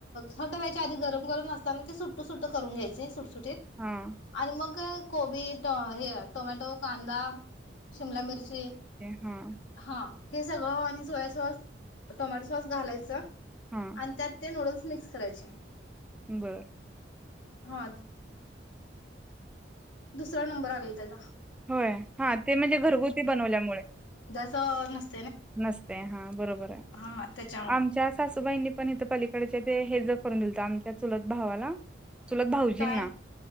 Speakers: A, on the left; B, in the centre.
A: थंड वय आधी गरम करून असताना ते सुट्ट सुट्ट करून घ्यायचे सुट सुट्ट
B: हां
A: आणि मग गबी हे टोमॅटो कांदा शिमला मिरची
B: हा
A: हा हे सगळं आणि सोया सॉस टोमॅटो सॉस घालायचं
B: हां,
A: अंत ते नोड मिक्स करायचे
B: बरं
A: हा दुसरा नंबर आलेल त्याचा
B: होय हा ते म्हणजे घरगुती बनवल्यामुळे
A: स न
B: नसते हा बरोबर आहे
A: हा त्याच्यामुळं
B: आमच्या सासूबाईनी पणथ पलीकडचे ते हे ज करून दिलत आमच्या चुलत भावाला चुलत भाऊजीं
A: काय
B: ना